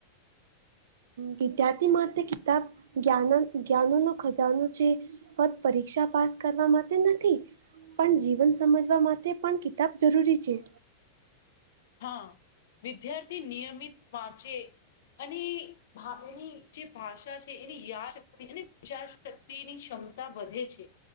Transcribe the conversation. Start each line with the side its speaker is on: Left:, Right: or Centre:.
Right: વિદ્યાર્થી માટે કિતાબ જ્ઞાન જ્ઞાનોનો ખજાનો છે. પત પરીક્ષા પાસ કરવા માટે નથી. પણ જીવન સમજવા માટે પણ કિતાબ જરૂરી છે.
Left: હા વિદ્યાયર્થી નિયમિત વાંચે. અને હા એની જે ભાષા છે એની યાદ શક્તિ અને વિચાર શક્તિની ક્ષમતા વધે છે.